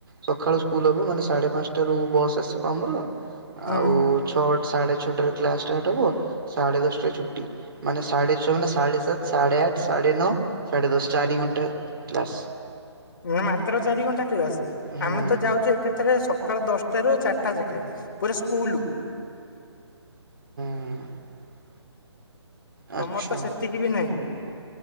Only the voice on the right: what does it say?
ସକାଳୁ ସ୍କୁଲ ହେବ ମାନେ ସାଢେ ପାଞ୍ଚଟାରୁ ବସ୍ ଆସିବ ଆମର।
ଆଉ ଛଅ ସାଢେ ଛଅଟାରେ କ୍ଲାସ ଷ୍ଟାର୍ଟ ହବ, ସାଢେ ଦଶଟାରେ ଛୁଟ ଟି। ମାନେ ସାଢ଼େ ଛଅ, ମାନେ ସାଢ଼େ ସାତ, ସାଢ଼େ ଆଠ, ସାଢ଼େ ନଅ, ସାଢ଼େ ଦଶ, ଚାରି ଘଣ୍ଟା କ୍ଲାସ୍।
ହୁଁ
ହୁଁ। ଆଚ୍ଛା